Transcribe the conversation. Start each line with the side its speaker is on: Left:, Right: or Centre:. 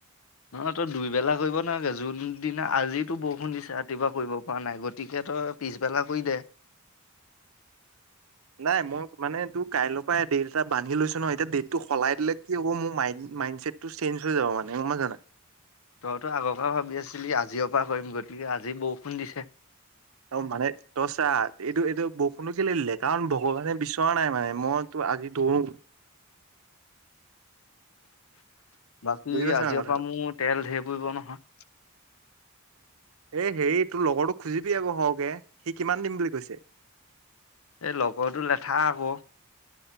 Left: নহ তই দুইবেলা কৰিব নালাগে যোনদিনা আজি তো বৰষুণ দিছে ৰাতিপুৱা কৰিব পৰা নাই গতিকে তই পিছবেলা কৰি দে।
Right: নাই মই মানে তোৰ কালিৰ পৰা ডেট এটা বান্ধি লৈছো ন, এতিয়া ডেটটো সলাই দিলে কি হ'ব মোৰ মইণ্ড চে'টটো চেঞ্জ হৈ যাব মনে গম পাইছ নে নাই?
Left: তইতো আগৰ পৰা ভাবি আছিলি, আজিৰ পৰা কৰিম গতিকে আজি বৰষুণ দিছে
Right: অ' মানে তই চা এইটো এইটো বৰষুণ কেলেই দিলে, কাৰণ ভগৱানে বিচৰা নাই মানে মইতো আজি দৌৰো
Left: বাকী
Right: বুজি পাইছ
Left: আজিৰ
Right: নাই কথাটো
Left: পৰা মোৰ তেল ঢেৰ পুৰিব নহয়।
Right: এ' হেৰি তোৰ লগৰটোক খুজিবি আকৌ সৰহকে, সি কিমান দিম বুলি কৈছে?
Left: এই লগৰটোৰ লেঠা আকৌ